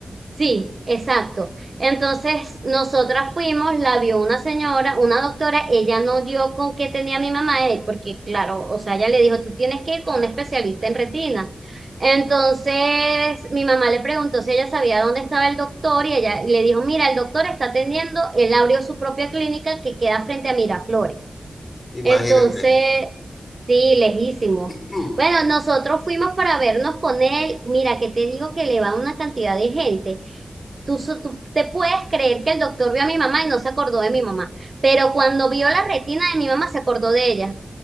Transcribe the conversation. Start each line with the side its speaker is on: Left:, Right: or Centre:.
Right: Sí, exacto. Entonces, nosotras fuimos, la vio una señora, una doctora, ella no dio con qué tenía mi mamá, eh, porque claro, o sea, ella le dijo, tú tienes que ir con un especialista en retina. Entonces, mi mamá le preguntó si ella sabía dónde estaba el doctor y ella le dijo, mira, el doctor está atendiendo, él abrió su propia clínica que queda frente a Miraflores.
Left: imagínate.
Right: Entonces,
Left: <clears throat>
Right: sí, lejísimo.
Left: Mm.
Right: Bueno, nosotros fuimos para vernos con él. Mira, que te digo que le va una cantidad de gente. Tú, so- tú te puedes creer que el doctor vio a mi mamá y no se acordó de mi mamá, pero cuando vio la retina de mi mamá se acordó de ella.